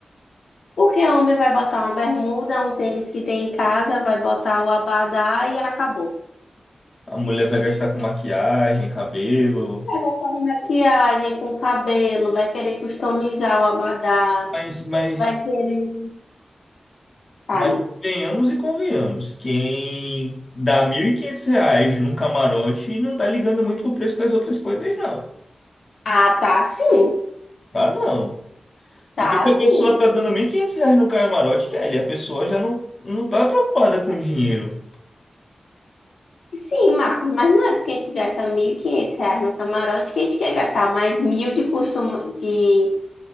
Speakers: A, on the left; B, on the left.
A: Porque homem vai botar uma bermuda, um tênis que tem em casa, vai botar o abadá e acabou.
B: A mulher vai gastar com maquiagem, cabelo.
A: Com maquiagem, com cabelo, vai querer customizar o abadá,
B: Mas, mas,
A: vai querer. Fale.
B: mas venhamos e convenhamos. Quem dá 1.500 reais num camarote não tá ligando muito pro preço das outras coisas, não.
A: Ah, tá sim,
B: Tá, não.
A: tá
B: Porque se
A: sim.
B: a pessoa tá dando 1.500 reais no camarote, Kelly, a pessoa já não, não tá preocupada com dinheiro.
A: Sim, Marcos, mas não é porque a gente gasta 1.500 reais no camarote que a gente quer gastar mais mil de, custom... de...